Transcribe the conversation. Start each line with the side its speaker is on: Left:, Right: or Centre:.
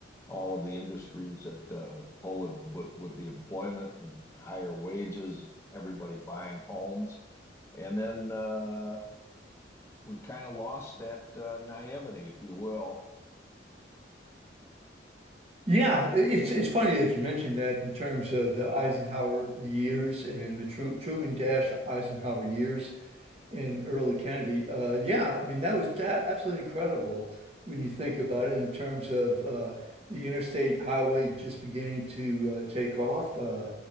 Left: all of the industries that uh, full of with with the employment and higher wages, everybody buying homes, and then uh, we kind of lost that uh, naivety, if you will.
Right: Yeah, it's it's funny that you mentioned that in terms of the Eisenhower years and the Tru Truman Dash Eisenhower years and early Kennedy. Uh, yeah, I mean that was ja- absolutely incredible when you think about it in terms of uh, the interstate highway just beginning to uh, take off. Uh,